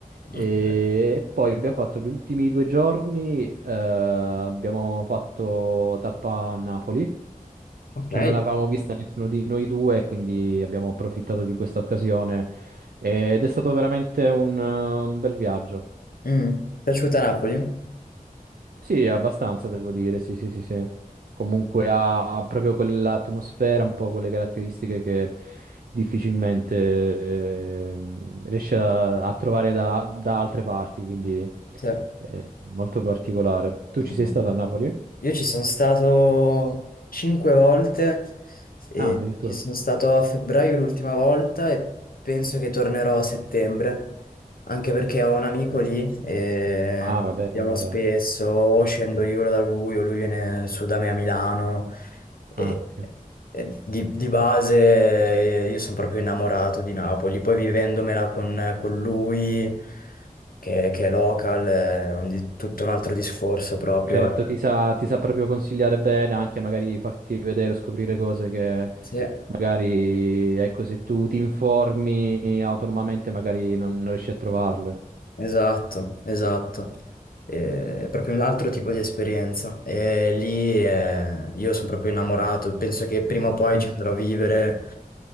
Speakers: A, on the right; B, on the left.
A: E
B: Ok.
A: poi abbiamo fatto gli ultimi due giorni, eh, abbiamo fatto tappa a Napoli,
B: Ok.
A: che non l'avevamo vista nessuno di noi due, quindi abbiamo approfittato di questa occasione ed è stato veramente un eh, un bel viaggio.
B: Mm, Piaciuta Napoli?
A: Sì, abbastanza devo dire, sì, sì, sì, sì. Comunque ha, ha proprio quell'atmosfera, un po' quelle caratteristiche che difficilmente ehm, riesce a, a trovare da, da altre parti, quindi
B: Sì.
A: eh, molto particolare. Tu
B: Mhm.
A: ci sei stato a Napoli?
B: Io ci sono stato cinque volte e
A: Ah, addirittura.
B: ci sono stato a febbraio l'ultima volta e penso che tornerò a settembre, anche perché ho un amico
A: Ah, ok.
B: lì e
A: Ah, va bene,
B: andiamo
A: allora.
B: spesso, o scendo io da lui o lui viene su da me a Milano e,
A: ah, ok.
B: e di, di base eh, io sono proprio innamorato di Napoli, poi vivendomela con, con lui che, che è local eh, è un di- tutto un altro discorso proprio.
A: Certo,
B: eh.
A: ti sa, ti sa proprio consigliare bene, anche magari farti vedere o scoprire cose che
B: Sì.
A: magari, ecco, se tu ti informi autonomamente magari non, non riesci a trovarle.
B: Esatto, esatto. Eh, È proprio un altro tipo di esperienza. E lì eh, io sono proprio innamorato. Penso che prima o poi
A: Mm.
B: ci andrò a vivere.